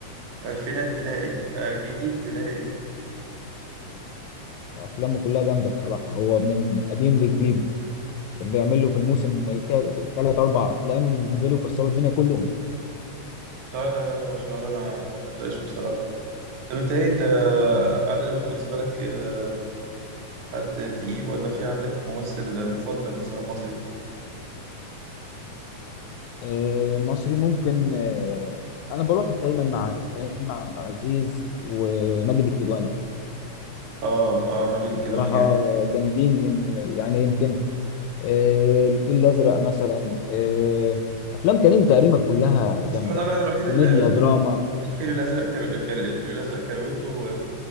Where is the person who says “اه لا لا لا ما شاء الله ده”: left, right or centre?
Right